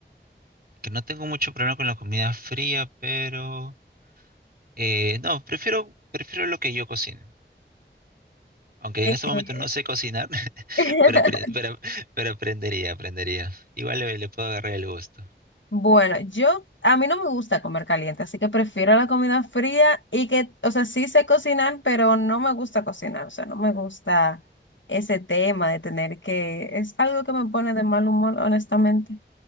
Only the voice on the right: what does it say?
Que no tengo mucho problema con la comida fría, pero eh, no, prefiero, prefiero lo que yo cocino. Aunque
en estos momentos no sé cocinar, <laughs>
pero, apre- pero, pero aprendería, aprendería. Igual le, le puedo agarrar el gusto.